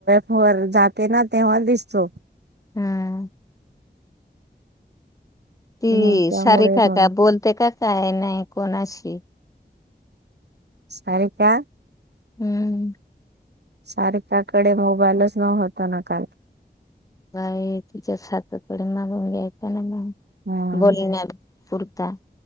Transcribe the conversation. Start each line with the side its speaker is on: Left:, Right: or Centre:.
Right: पावर जाते ना तेव्हा दिसतो.
Left: ह. ती
Right: हम्म त्यामुळे
Left: सारका
Right: मग
Left: काय बोलते का काय नाही कोणाशी
Right: सारिका.
Left: हम्म.
Right: सारिकाकडे मोबाईलच नव्हता ना काल
Left: बाई तिच्या सासू कडून मागून घ्यायचा ना मग
Right: हम्म
Left: बोलण्यात. कुर्ता.